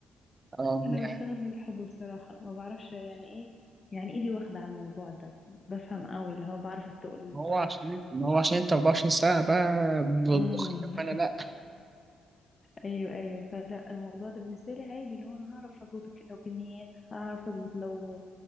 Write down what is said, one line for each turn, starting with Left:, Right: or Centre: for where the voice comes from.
Right: اه
Left: انا
Right: يعني
Left: بشتغل بالحضور صراحة ما بعرفش يعني ايه يعني ايدي واخدة على الموضوع ده بفهم قوي اللي هو بعرف التقل
Right: هو
Left: بعرف
Right: عشان ما هو عشان انت 24 ساعة بقى بتطبخ
Left: امم
Right: طب
Left: <laughs>
Right: انا لا
Left: ايوه ايوه فلا الموضوع ده بالنسبة لي عادي اللي هو انا هعرف اظبط ك- لو كميات هعرف اظبط لو